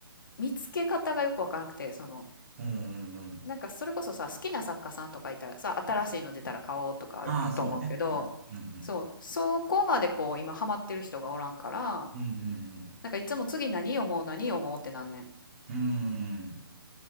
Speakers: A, on the left (about 60°); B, on the right (about 40°).
A: 見つけ方がよくわからなくて、その、
B: うんうんうん。
A: なんかそれこそさ、好きな作家さんとかいたらさ、新しいの出たら買おうとかあると思うけど、
B: ああ、そうね。うんうんうん。
A: そう、そこまでこう、今ハマってる人がおらんから、
B: うんうん
A: なんかいつも次何読もう何読もうってなんねん。
B: うん。うーん。